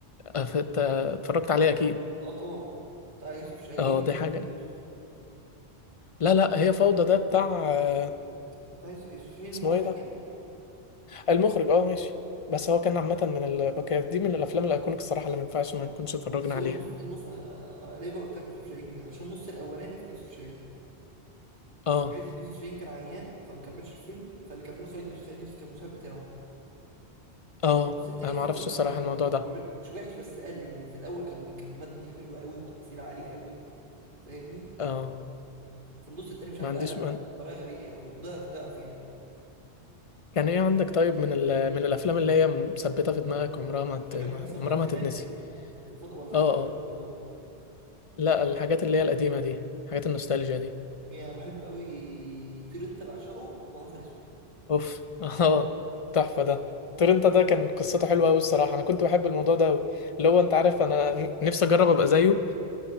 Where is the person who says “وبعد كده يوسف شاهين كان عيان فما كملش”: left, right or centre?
Right